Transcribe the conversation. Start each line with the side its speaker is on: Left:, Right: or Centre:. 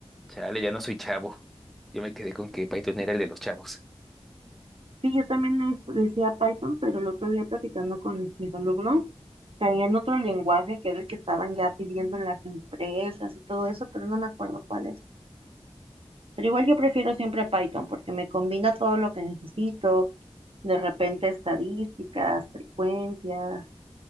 Centre: chale, ya no soy chavo. Yo me quedé con que Python era el de los chavos.
Right: Sí, yo también es- decía Python, pero el otro día platicando con mis alumnos, traían otro lenguaje que era el que estaban ya pidiendo en las empresas y todo eso, pero no me acuerdo cuál es. Pero igual yo prefiero siempre Python porque me combina todo lo que necesito, de repente estadísticas, frecuencias.